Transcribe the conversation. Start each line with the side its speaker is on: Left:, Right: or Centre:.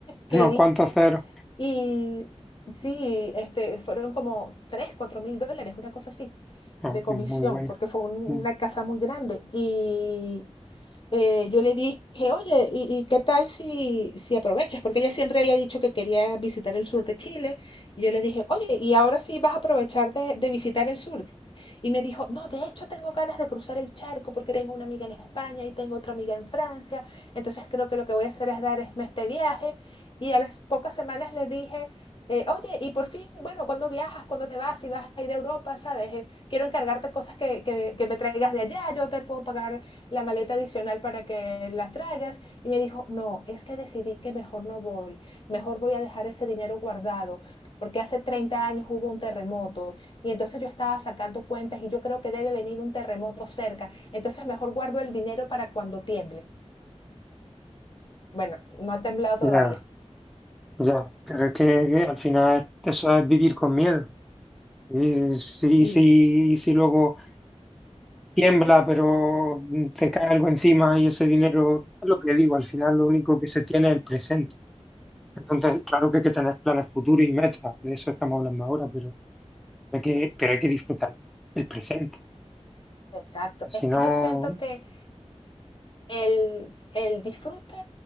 Left: que
Centre: Unos
Left: diste
Centre: cuantos ceros,
Left: y sí, este, fueron como 3 4 mil dólares, una cosa así,
Centre: no,
Left: de comisión,
Centre: muy muy bueno.
Left: porque fue un-
Centre: Mm.
Left: una casa muy grande y eh, yo le dije, oye, ¿y, y qué tal si, si aprovechas? Porque ella siempre había dicho que quería visitar el sur de Chile. Y yo le dije, oye, ¿y ahora sí vas a aprovechar de, de visitar el sur? Y me dijo, no, de hecho tengo ganas de cruzar el charco porque tengo una amiga en España y tengo otra amiga en Francia. Entonces creo que lo que voy a hacer es dar este viaje. Y a las pocas semanas le dije, eh, oye, y por fin, bueno, ¿cuándo viajas? ¿Cuándo te vas? Si vas a ir a Europa, ¿sabes? Eh, quiero encargarte cosas que, que- que me traigas de allá, yo te puedo pagar la maleta adicional para que las traigas. Y me dijo, no, es que decidí que mejor no voy, mejor voy a dejar ese dinero guardado, porque hace 30 años hubo un terremoto y entonces yo estaba sacando cuentas y yo creo que debe venir un terremoto cerca, entonces mejor guardo el dinero para cuando tiemble. Bueno, no ha temblado todavía.
Centre: Ya, ya, pero es que, que al final eso es vivir con miedo. Y si,
Left: Sí,
Centre: si, y si luego tiembla, pero mm, te cae algo encima y ese dinero, es lo que digo, al final lo único que se tiene es el presente. Entonces, claro que hay que tener planes futuros y metas, de eso estamos hablando ahora, pero hay que, pero hay que disfrutar el presente.
Left: Exacto.
Centre: Si
Left: Es que
Centre: no,
Left: yo siento que el, el disfrute